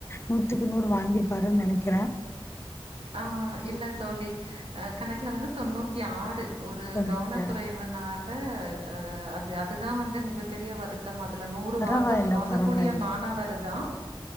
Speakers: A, on the left (about 25°); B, on the right (about 75°).
A: நூத்துக்கு நூறு வாங்கிருப்பாருன்னு நெனக்கிறேன்
B: ஆஹ் இல்ல தோழி அஹ் கணக்கல வந்து தொண்ணூத்தி ஆறு ஒரு
A: சொன்னிருக்காரு
B: கவனக்குறைவுனால அது அதுதான் வந்து மிகப்பெரிய வருத்தம் இதுல நூறு
A: பரவாயில்ல
B: வாங்க வாங்கக்கூடிய
A: பரவாயில்ல
B: மாணவர் தான்